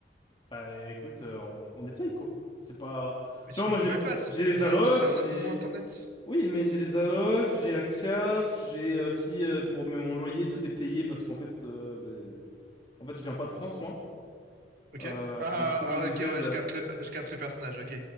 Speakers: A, on the left; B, on the right.
A: Bah écoute, euh, on, on essaye quoi. C'est pas.
B: Mais
A: Tu
B: tu
A: vois, moi
B: ne peux
A: j'ai
B: même pas. tu-
A: j'ai les
B: 20
A: allocs,
B: euros, c'est
A: j'ai.
B: un abonnement Internet.
A: Oui, mais j'ai les allocs, j'ai la CAF, j'ai aussi euh, pour mes- mon loyer tout est payé parce qu'en fait, euh, bah, en fait je viens pas de France moi.
B: Ok?
A: Euh,
B: Ah,
A: et du coup
B: ah,
A: j'ai des
B: ok,
A: aides.
B: ouais,
A: euh,
B: je capte le, je capte le personnage, ok.